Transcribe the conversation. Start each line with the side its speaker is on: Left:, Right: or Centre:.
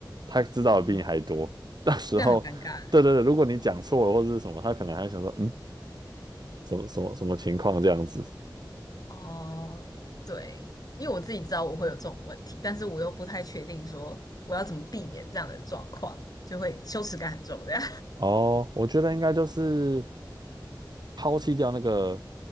Right: 他知道的比你还多。
Left: 嗯，
Right: <laughs> 到时候，
Left: 这样很尴尬。
Right: 对对对，如果你讲错了或者是什么，他可能还想说，嗯，什么什么什么情况这样子。
Left: 哦，对，因为我自己知道我会有这种问题，但是我又不太确定说我要怎么避免这样的状况，就会羞耻感很重，这样。
Right: 哦，我觉得应该就是抛弃掉那个